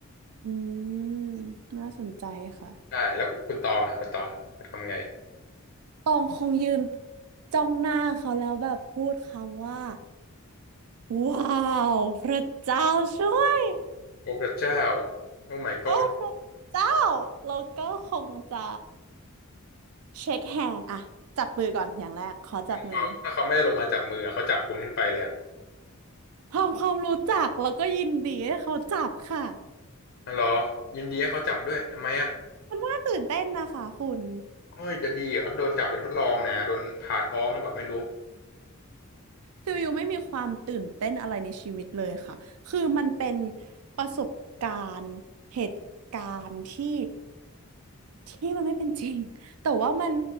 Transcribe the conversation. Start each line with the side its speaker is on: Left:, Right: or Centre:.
Right: อืมน่าสนใจค่ะ
Left: ใช่แล้วคุณตองอ่ะคุณตองคุณทำไง
Right: ตองคงยืนจ้องหน้าเขาแล้วแบบพูดคำว่าว้าวพระเจ้าช่วย
Left: โอ้พระเจ้าโอ้ my god
Right: โอ้พระเจ้าแล้วก็คงจะเช็คแฮนด์อะจับมือก่อนอย่างแรกขอจับมือ
Left: เขาถ้าเขาไม่ได้ลงมาจับมืออะเขาจับคุณขึ้นไปเลยอะ
Right: ทำความรู้จักแล้วก็ยินดีให้เขาจับค่ะ
Left: อ๋อเหรอยินดีให้เขาจับด้วยทำไมอ่ะ
Right: น่าตื่นเต้นนะคะคุณ
Left: โอ้ยจะดีเหรอโดนจับไปนทดลองนะโดนผ่าท้องแบบไม่รู้
Right: ฟิลยูไม่มีความตื่นเต้นอะไรในชีวิตเลยค่ะคือมันเป็นประสบการณ์เหตุการณ์ที่ ที่มันไม่เป็นจริงแต่ว่ามัน